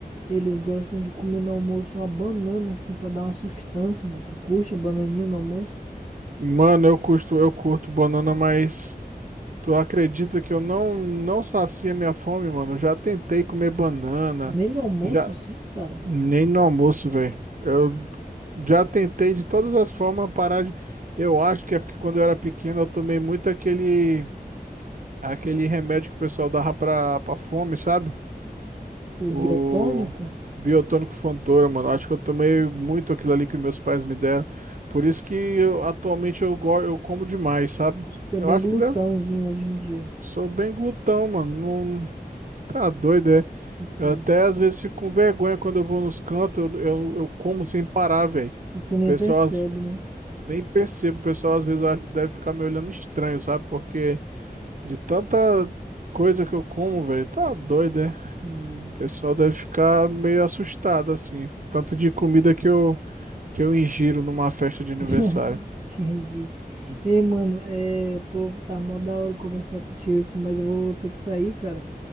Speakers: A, on the right; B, on the right.
A: eles gostam de comer no almoço uma banana assim pra dar uma sustância, mano. Tu curte a bananinha no almoço?
B: Mano, eu curto eu curto banana, mas. Tu acredita que eu não não sacia minha fome, mano? Eu Já tentei comer banana,
A: Nem no almoço
B: já
A: assim, cara.
B: nem no almoço, velho. Eu já tentei de todas as formas parar de. Eu acho que é porque quando eu era pequeno eu tomei muito aquele aquele remédio que o pessoal dava pra, pra fome, sabe?
A: O
B: O
A: biotônico,
B: biotônico Fontoura, mano. Acho que eu tomei muito aquilo ali que meus pais me deram. Por isso que eu, atualmente eu, go- eu como demais, sabe?
A: isso que tá
B: Eu
A: bem
B: acho
A: glutãozinho
B: que deve
A: hoje em dia.
B: Sou bem glutão, mano. Não, Tá doido, é?
A: Entendi.
B: Eu até às vezes fico com vergonha quando eu vou nos cantos, eu, eu, eu como sem parar, velho.
A: E tu nem
B: O pessoal
A: percebe,
B: às-
A: né?
B: nem percebo, o pessoal às vezes eu acho que deve ficar me olhando estranho, sabe? Porque de tanta coisa que eu como, velho, tá doido, é?
A: Hum.
B: O pessoal deve ficar meio assustado, assim. Tanto de comida que eu, que eu ingiro numa festa de aniversário.
A: <laughs> Entendi. Ei, mano, é, povo, tá mó da hora conversar contigo aqui, mas eu vou ter que sair, cara.